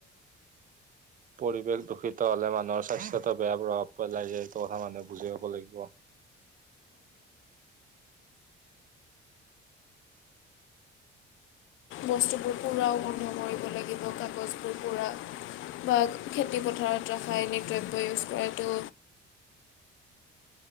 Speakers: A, on the right; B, on the left.
A: পৰিৱেশ দূষিত হলে মানুহৰ স্বাস্থ্যটো বেয়া প্ৰভাৱ পেলাই যে, এইটো কথা মানুহে বুজি পাব লাগিব।
B: বস্তুবোৰ পুৰাও বন্ধ কৰিব লাগিব, কাগজবোৰ পূৰা। বা খেতি পথাৰত ৰাসায়নিক দ্ৰব্য ইউজ কৰাতটো